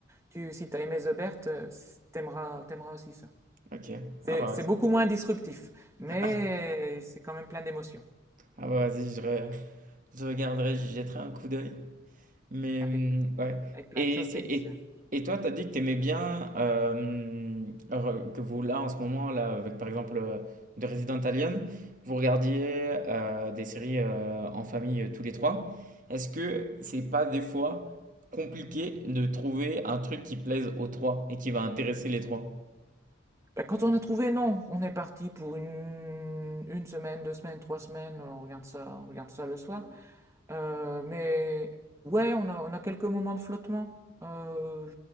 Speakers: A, on the right; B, on the right.
A: Tu, si t'as aimé The Bert, euh, c- t'aimeras, t'aimeras aussi ça.
B: Ok,
A: C'est
B: ah bah
A: c'est
B: vas-y.
A: beaucoup moins disruptif, mais
B: <laughs>
A: c'est quand même plein d'émotions,
B: Ah bah vas-y, je, re- je regarderai, j'y jetterai un coup d'œil. Mais
A: avec,
B: mmh, ouais
A: avec plein
B: et
A: de choses
B: c'est
A: délicieuses.
B: et et toi, tu as dit que tu aimais bien, hem, re que vous, là, en ce moment, là, avec, par exemple, heu, The Resident Alien, vous regardiez, heu, des séries, heu, en famille, heu, tous les 3. Est-ce que c'est pas, des fois, compliqué de trouver un truc qui plaise aux 3 et qui va intéresser les 3?
A: Bah, quand on a trouvé, non, on est parti pour une, une semaine, deux semaines, trois semaines, on regarde ça, on regarde ça le soir. Euh, mais ouais, on a, on a quelques moments de flottement. Euh,